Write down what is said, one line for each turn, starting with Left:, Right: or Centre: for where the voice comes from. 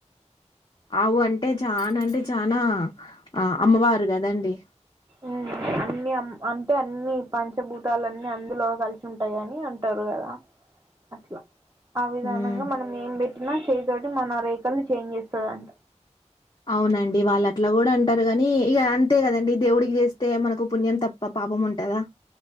Left: అవు అంటే చాన అంటే చానా అమ్మవారు కదండి
Right: ఉ అన్ని అంటే అన్ని పంచభూతాలన్ని అందులో కలిసి ఉంటాయి అని అంటారు కదా అట్ల ఆ విధానంగా
Left: హ్మ్.
Right: మనం ఏం పెట్టినా చే తోటి మన రేఖలు చేంజ్ చేస్తుందింట
Left: అవునండి వాళ్ళు అట్లా కూడా అంటారు కాని ఇక అంతే కదండి దేవుడికి చేస్తే మనకు పుణ్యం తప్ప పాపం ఉంటుందా